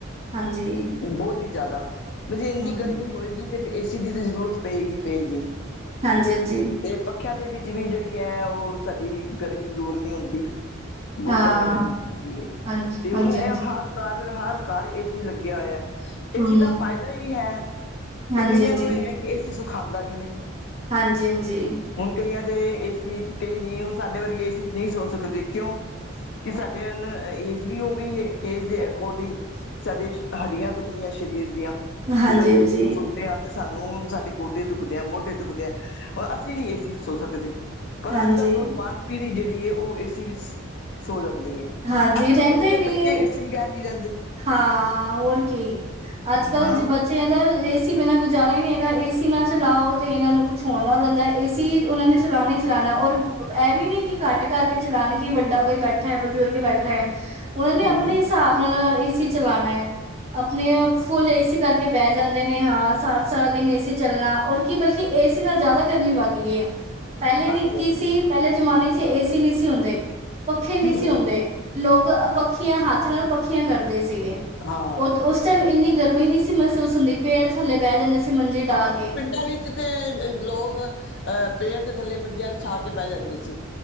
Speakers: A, on the right (about 30°); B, on the left (about 55°).
A: ਹਾਂਜੀ।
B: ਬਹੁਤ ਹੀ ਜ਼ਾਦਾ, ਵੀ ਜੇ ਇੰਨੀ
A: ਹਮ
B: ਗਰਮੀ ਹੋਏਗੀ ਤੇ ਫਿਰ ਏਸੀ ਦੀ ਤਾਂ ਜ਼ਰੂਰਤ ਪੇਗੀ-ਪੇਗੀ।
A: ਹਾਂਜੀ-ਹਾਂਜੀ।
B: ਏ ਪੱਖਿਆਂ ਦੇ ਵਿੱਚ ਵੀ ਜਿਹੜੀ ਐ, ਉਹ ਸਾਡੀ ਗਰਮੀਂ ਦੂਰ ਨਹੀਂ ਹੁੰਦੀ। ਬਹੁਤ
A: ਹਾਂ
B: ਜ਼ਿਆਦਾ ਗਰਮੀਂ ਲੱਗਦੀ ਏ,
A: ਹਾਂਜੀ
B: ਤੇ ਹੁਣ
A: ਹਾਂਜੀ
B: ਇਹ
A: ਹਾਂਜੀ
B: ਹਰ ਘਰ ਹਰ ਘਰ ਏਸੀ ਲੱਗਿਆ ਹੋਇਆ,
A: ਹਮ
B: ਏਸੀ ਦਾ ਫਾਇਦਾ ਵੀ ਹੈ। ਤੇ
A: ਹਾਂਜੀ
B: ਕਈਆਂ
A: ਹਾਂਜੀ
B: ਨੂੰ, ਇਹ ਏਸੀ ਸੁਖਾਉਂਦਾ ਵੀ ਨਹੀਂ।
A: ਹਾਂਜੀ-ਹਾਂਜੀ।
B: ਹੁਣ ਕਈਆਂ ਦੇ ਏਸੀ, ਕਈ ਨਹੀਂ ਹੁਣ ਸਾਡੇ ਵਰਗੇ ਏਸੀ ਨਹੀਂ ਸੋਚ ਸਕਦੇ ਕਿਉਂ, ਕਿ ਸਾਡੇ ਏਜ ਵੀ ਹੋ ਗਈ ਏ, ਏਜ ਦੇ ਅਕੋਰਡਿੰਗ ਸਾਡੀ ਹੱਡੀਆਂ ਦੁਖਦੀਆਂ ਸਰੀਰ ਦੀਆਂ,
A: ਹਾਂਜੀ ਹਾਂਜੀ ਹਾਂਜੀ
B: ਜਦੋਂ ਏਸੀ'ਚ ਸੋਂਦੇ ਆਂ। ਸਾਨੂੰ ਸਾਡੇ ਗੋਡੇ ਦੁਖਦੇ ਆ, ਮੋਢੇ ਦੁਖਦੇ ਆ, ਹੁਣ ਅਸੀਂ ਨੀ ਏਸੀ'ਚ ਸੋ ਸਕਦੇ। ਪਰ
A: ਹਾਂਜੀ
B: ਅੱਜ-ਕੱਲ ਨੌਜਵਾਨ ਪੀੜ੍ਹੀ ਜਿਹੜੀ ਏ, ਉਹ ਏਸੀ ਵਿੱਚ ਸੋ ਜਾਂਦੀ ਏ।
A: ਹਾਂਜੀ
B: ਅੱਜ-ਕੱਲ
A: ਰਹਿੰਦੇ
B: ਬੰਦੇ,
A: ਹੀ ਨਹੀਂ
B: ਬੱਚੇ ਏਸੀ ਬਗੈਰ ਨਹੀਂ ਰਹਿੰਦੇ।
A: ਹਾਂ, ਓਰ ਕੀ ਅੱਜ-ਕੱਲ
B: ਹਾਂ
A: ਬੱਚਿਆਂ ਦਾ ਏ ਏਸੀ ਬਿਨਾਂ ਗੁਜ਼ਾਰਾ ਹੀ ਨਹੀਂ ਹੈਗਾ, ਏਸੀ ਨਾ ਚਲਾਓ, ਤੇ ਇਹਨਾਂ ਨੂੰ ਕੁੱਛ ਹੋਣ ਲੱਗ ਜਾਂਦਾ, ਏਸੀ ਉਹਨਾਂ ਨੇ ਚਲਾਣਾ ਈ ਚਲਾਣਾ, ਓਰ ਇਹ ਵੀ ਨੀ ਕਿ ਘੱਟ ਕਰਕੇ ਚਲਾਨ ਕਿ ਵੱਡਾ ਕੋਈ ਬੈਠਾ ਬਜ਼ੁਰਗ ਬੈਠਾ ਏ, ਉਹਨਾਂ ਨੇ
B: ਹਮ
A: ਆਪਣੇ ਹਿਸਾਬ ਨਾਲ ਏਸੀ ਚਲਾਣਾ ਐ। ਅਪਨੇ ਫੁੱਲ ਏਸੀ ਕਰਕੇ ਬਹਿ ਜਾਂਦੇ ਨੇ, ਹਾਂ ਸਾਰਾ-ਸਾਰਾ ਦਿਨ ਏਸੀ ਚੱਲਣਾ ਔਰ ਕੀ ਬਲਕਿ ਏਸੀ ਨਾਲ ਜ਼ਿਆਦਾ ਗਰਮੀ ਵੱਧਦੀ ਏ, ਪਹਿਲੇ
B: ਹਾਂਜੀ
A: ਵੀ ਕਿ
B: ਹਾਂਜੀ
A: ਸੀ ਪਹਿਲੇ ਜ਼ਮਾਨੇ'ਚ ਏਸੀ ਨਹੀਂ ਸੀ ਹੁੰਦੇ। ਪੱਖੇ ਨਹੀ ਸੀ
B: ਹਮ
A: ਹੁੰਦੇ, ਲੋਕ ਪੱਖੀਆਂ ਹੱਥ ਨਾਲ ਪੱਖੀਆਂ ਕਰਦੇ ਸੀਗੇ,
B: ਹਾਂ
A: ਉਹ ਉਸ ਉਸ ਟਾਈਮ ਇੰਨੀ ਗਰਮੀਂ ਨਹੀਂ ਸੀ ਮਹਿਸੂਸ ਹੁੰਦੀ, ਪੇੜ ਥੱਲੇ ਬਹਿ ਜਾਂਦੇ ਸੀ। ਮੰਜੀ ਡਾਹ
B: ਹਾਂ,
A: ਕੇ।
B: ਪਿੰਡਾਂ ਵਿੱਚ ਜਿੱਥੇ ਲੋਕ ਅਹ, ਪੇੜ ਦੇ ਥੱਲੇ ਮੰਜੀਆਂ ਵਿੱਛਾ ਕੇ ਬਹਿ ਜਾਂਦੇ ਸੀ।